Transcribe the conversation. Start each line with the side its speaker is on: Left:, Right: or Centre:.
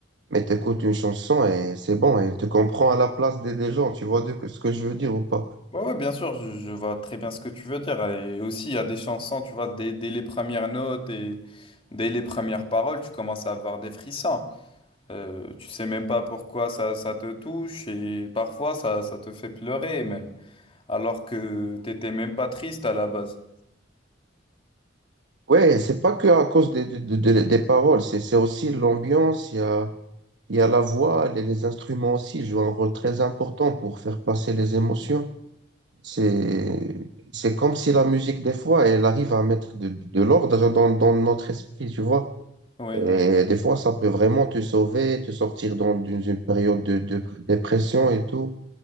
Right: mais t'écoutes une chanson et c'est bon, et tu comprends à la place des, des gens, tu vois de- ce que je veux dire ou pas.
Left: Ouais, ouais, bien sûr, je, je vois très bien ce que tu veux dire. Et aussi, il y a des chansons, tu vois, dès, dès les premières notes et dès les premières paroles, tu commences à avoir des frissons. Euh, tu sais même pas pourquoi ça, ça te touche et parfois ça, ça te fait pleurer même, alors que t'étais même pas triste à la base.
Right: Ouais, c'est pas que à cause des, des, des- des paroles, c'est, c'est aussi l'ambiance, il y a, il y a la voix, les, les instruments aussi jouent un rôle très important pour faire passer les émotions. C'est, c'est comme si la musique, des fois, elle arrive à mettre de, de l'ordre dans, dans notre esprit, tu vois.
Left: Oui,
Right: Et des fois, ça peut vraiment te sauver, te sortir dans, d'une une période de, de dépression et tout.